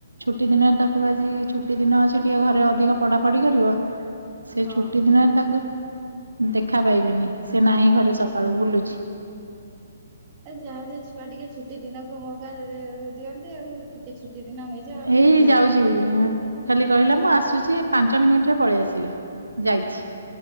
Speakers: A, on the right; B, on the right.
A: ଛୁଟି ଦିନ ତାକୁ ଆଜି ଛୁଟି ଦିନ ଅଛି ଟିକେ ଘରେ ଅଧିକ ପଢାପଢି କରିବ। ସେ
B: ହଁ।
A: ଛୁଟି ଦିନରେ ତାକୁ ଦେଖା ପାଇବେନି ସେ ନାହିଁ ଘରେ ସକାଳୁ ବୁଲୁଛି।
B: ଆ ଯାହାହେଲେ ଛୁଆ ଟିକେ ଛୁଟି ଦିନକୁ ମୋଉକା ରେ ଦିଅନ୍ତି ଆଉ। ଟିକେ ଛୁଟି ଦିନ ହେଇଯାଉ ଆମେ
A: ଏଇ
B: ଟିକେ ଖେଳିବୁ
A: ଯାଉଛି
B: ଏଇୟା ଆଉ।
A: ଖାଲି କହିଲା ମୁଁ ଆସୁଚି ପାଞ୍ଚ ମିନିଟରେ ପଳେଇ ଆସିବି। ଯାଇଚି